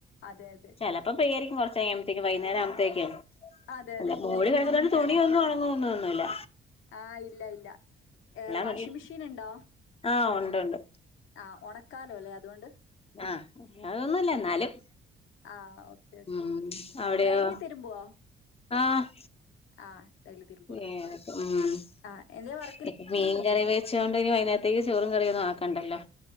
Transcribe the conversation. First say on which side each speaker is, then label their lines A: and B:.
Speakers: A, on the left; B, on the left.
A: അതെ യതെ.
B: ചെലപ്പോ പെയ്യായിരിക്കും കൊർച്ചഴ്ഞ്ഞപ്പഴ്ത്തേക്കും വൈന്നേരാവുമ്പഴ്ത്തേക്കും.
A: അതെ
B: അല്ല
A: അതെ
B: മൂഴി
A: ഇരുണ്ടിരിക്കയാണ്
B: കെടക്കുന്നോണ്ട് തുണിയൊന്നൊണങ്ങുന്നൊന്നുല്ല.
A: ആന് ഇല്ല ഇല്ല ഏഹ് വാഷിംഗ്
B: തുണിയും
A: മെഷീന്ണ്ടോ?
B: ആഹ് ഉണ്ട് ഉണ്ട്
A: ആഹ് ഒണക്കാലോ ല്ലെ അത്കൊണ്ട്
B: ആഹ് അതൊന്നുല്ല എന്നാലും.
A: ആഹ് ഓക്കെ ഓക്കെ
B: ഉം അവിടെയോ
A: ഡെയ്ലി തിര്മ്പോ?
B: ആഹ്
A: ആഹ് ഡെയ്ലി തിര്
B: ഏഹ് ഉം
A: ആഹ് എന്തെ വർ
B: <unintelligible> മീൻ കറി വെച്ചോണ്ടിനി വൈന്നാര്ത്തേക്ക് ചോറും കറിയൊന്നാക്കണ്ടല്ലോ